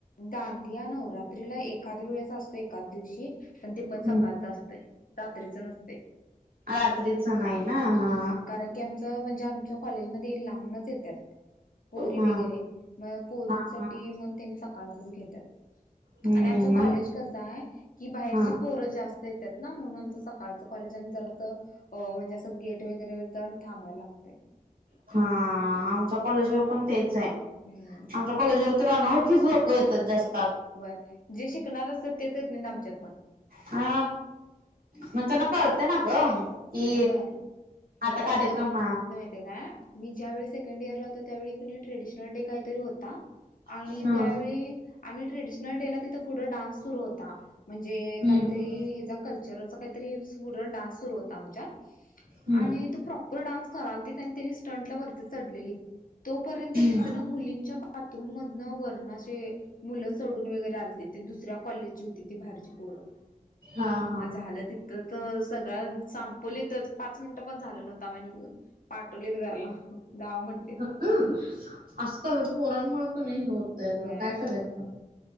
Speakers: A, on the left (about 70°); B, on the right (about 80°).
A: दांडीया नवरात्रीला एखादया वेळेस असत. एखाद दिवशी पण ते
B: वगैरे
A: पण सकाळच असतंय रात्रीच नसतय
B: रात्रीच नाही ना? हा
A: कारण की आमचं म्हणजे आमच्या कॉलेजमध्ये लांबूनच येत्यात पोरी
B: हा
A: वगैरे म पोरींसाठी
B: हा हा
A: मग त्यांनी सकाळचाच घेतात
B: हम्म
A: आणि आमचं कॉलेज कसंय कि बाहेरचीच
B: हा
A: पोरं जास्त येतात ना म्हणून आमच सकाळचं कॉलेज आणि जर असं म्हणजे अस गेट वगैरेर थांबायला लागतंय
B: हा आमच्या कॉलेजवर पण तेचय
A: हम्म
B: आमच्या कॉलेजवर तर अनोळखीच लोकंयत पण जास्
A: व्हय जे शिकणार असत तेच येत नाहीत ना आमच्यात पण
B: हा म्हणतान कळते ना ग? कि
A: व्हय
B: आता कार्यक्रम
A: का मी ज्यावेळी सेकंड इयर ला होते. त्यावेळी न्यू ट्रॅडिशनल डे काहीतरी होता आणि
B: हा
A: त्यावेळी आम्ही ट्रॅडीशन डे ला तिथ पुढं डान्स सुरु होता म्हणजे
B: हम्म
A: काहीतरी ह्याचा कल्चरचा काहीतरी पुढ डान्स सुरू होतं आमच्या
B: हम्म
A: आणि ते प्रॉपर डान्स करालतीत आणि त्यानी स्टंटला वरती चढलेली तोपर्यंत
B: हम्म
A: तिथंन मुलींच्या बाथरूम मधंन वरन अशे मुलं चढून वगैरे आलती ती दुसऱ्या कॉलेजची होती ती बाहेरची पोरं
B: हा हा
A: मग झालं तितक तर सगळा सांपोलीतच पाच मिनिटं पण झालं नव्हता म येऊन पाठवलेत घरला जावा म्हणलेत
B: हं असंत ग पोरांमुळे कणे, हे होतय
A: होय
B: काय करायच?